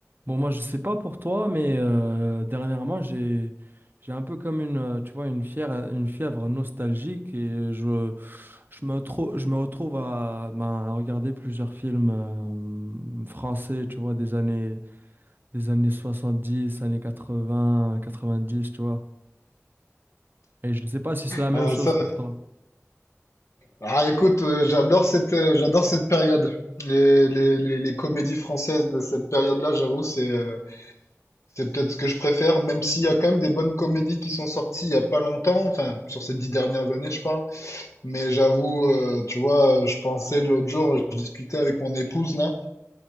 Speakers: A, on the right (about 40°); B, on the left (about 75°).
A: Bon, moi, je sais pas pour toi, mais euh, dernièrement, j'ai j'ai un peu comme une, euh, tu vois, une fièvre, une fièvre nostalgique et je, je me trou- je me retrouve à, ben, à regarder plusieurs films euh, français, tu vois, des années, des années 70 années quatre-vingts quatre-vingt-dix tu vois. Et je sais pas si c'est la même
B: Ah,
A: chose
B: ça...
A: pour toi.
B: ah, écoute, euh, j'adore cette, euh, j'adore cette période. Les, les, les, les comédies françaises de cette période-là, j'avoue, c'est euh, c'est peut-être ce que je préfère, même s'il y a quand même des bonnes comédies qui sont sorties il y a pas longtemps, enfin, sur ces dix dernières années, je parle. Mais j'avoue, euh, tu vois, je pensais l'autre jour, je discutais avec mon épouse, là,